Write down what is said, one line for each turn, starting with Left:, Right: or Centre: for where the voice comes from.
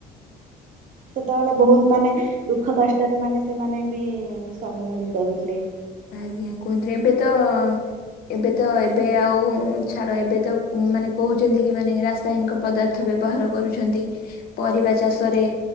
Right: ସେତେବେଳେ ବହୁତ ମାନେ ଦୁଃଖ କଷ୍ଟରେ ମାନେ ସେମାନେ ବି। ହୁଁ ସମୟ ବିତାଉଥିଲେ।
Left: ଆଜ୍ଞା କୁହନ୍ତ ଏବେ ତ। ଏବେ ତ ଏବେ ଆଉ ଛାଡ ଏବେ ତ ମାନେ କହୁଛନ୍ତି କି ମାନେ ରାସାୟନିକ। ପଦାର୍ଥ ବ୍ୟବହାର କରୁଛନ୍ତି ପରିବା ଚାଷରେ।